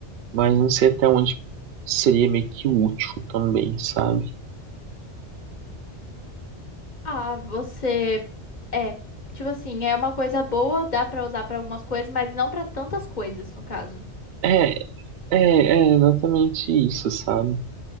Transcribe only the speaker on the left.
Ah, você é, tipo assim, é uma coisa boa, dá pra usar pra algumas coisas, mas não pra tantas coisas, no caso.